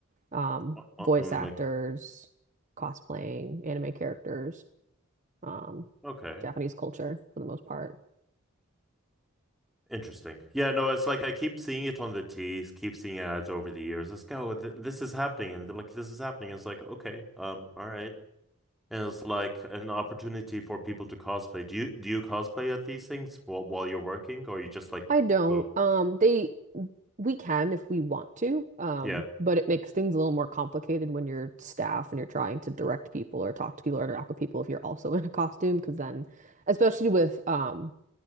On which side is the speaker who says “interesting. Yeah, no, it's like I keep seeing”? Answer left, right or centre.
Centre